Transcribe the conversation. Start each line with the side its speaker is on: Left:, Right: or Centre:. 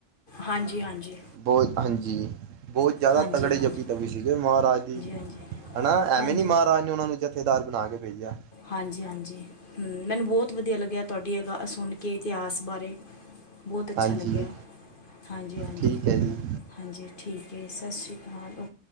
Left: ਹਾਂਜੀ-ਹਾਂਜੀ।
Right: ਬੋਤ ਹਾਂਜੀ, ਬੋਤ ਜਾਦਾ
Left: ਹਾਂਜੀ
Right: ਤਗੜੇ
Left: ਹਾਂਜੀ
Right: ਜੱਪੀ ਵੀ ਸੀਗੇ ਮਾਰਾਜ ਦੀ,
Left: ਹਾਂਜੀ ਹਾਂਜੀ ਹਾਂਜੀ
Right: ਹਨਾ ਐਵੇਂ
Left: ਹਾਂਜੀ
Right: ਨੀ ਮਾਰਾਜ ਨੇ ਓਨਾਂ ਨੂੰ ਜਥੇਦਾਰ ਬਣਾਕੇ ਭੇਜੇਆ
Left: ਹਾਂਜੀ-ਹਾਂਜੀ, ਹੂੰ ਮੈਨੂੰ ਬੋਤ ਵਧੀਆ ਲੱਗੇਆ ਤੁਵਾਡੀ ਐ ਗਾ ਸੁਣ ਕੇ ਇਤੇਹਾਸ ਬਾਰੇ ਬੋਤ ਅੱਛਾ
Right: ਹਾਂਜੀ
Left: ਲੱਗੇਆ, ਹਾਂਜੀ-ਹਾਂਜੀ
Right: ਠੀਕ ਹੈ ਜੀ
Left: ਹਾਂਜੀ ਠੀਕ ਏ, ਸਸ਼੍ਰੀ ਕਾਲ ਓ